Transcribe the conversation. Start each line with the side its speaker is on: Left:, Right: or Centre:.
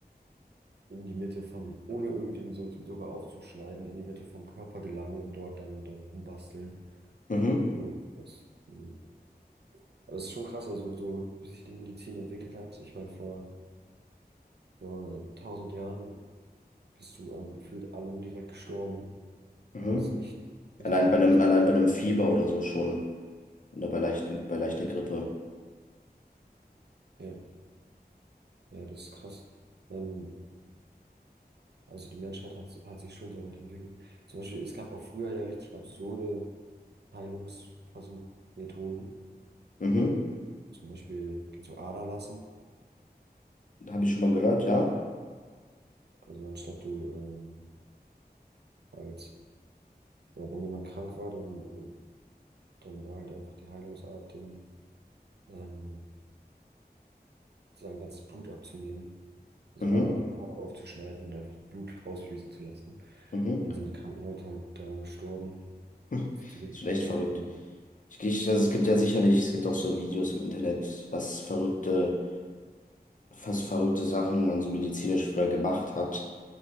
Right: in die Mitte von, ohne irgendwie so, sogar aufzuschneiden, in die Mitte vom Körper gelangen und dort dann, dann rumbasteln.
Left: Mhm,
Right: So, das, hm. aber es ist schon krass, also so, wie sich die Medizin entwickelt hat. Ich meine, vor, vor tausend Jahren. bist du an gefühlt allem direkt gestorben,
Left: mhm.
Right: weil es nicht, nichts
Left: Allein
Right: gab,
Left: bei einem,
Right: was.
Left: allein bei einem Fieber oder so schon, oder bei leichten, bei leichter Grippe.
Right: Ja, ja, das ist krass. Ähm, also die Menschheit hat, hat sich schon so weit entwickelt. Zum Beispiel, es gab auch früher ja richtig absurde Heilungsversuchmethoden.
Left: Mhm.
Right: Zum Beispiel kannst du Ader lassen.
Left: Habe ich schon mal gehört, ja.
Right: Also anstatt du ähm, halt, ja, wenn jemand krank war, dann, und dann war halt einfach die Heilungsart, den, ähm, sein ganzes Blut abzunehmen. so
Left: Mhm,
Right: Ader, Ader aufzuschneiden und einfach das Blut rausfließen zu lassen. Und
Left: mhm.
Right: dann sind die kranken Leute halt daran gestorben,
Left: <laughs> Ist
Right: dass sie zu wenig
Left: schon
Right: Blut
Left: echt verrückt.
Right: hatten. Und
Left: Ich, ich, also es gibt ja sicherlich, es gibt auch so Videos im Internet, was verrückte, fast verrückte Sachen man so medizinisch früher gemacht hat.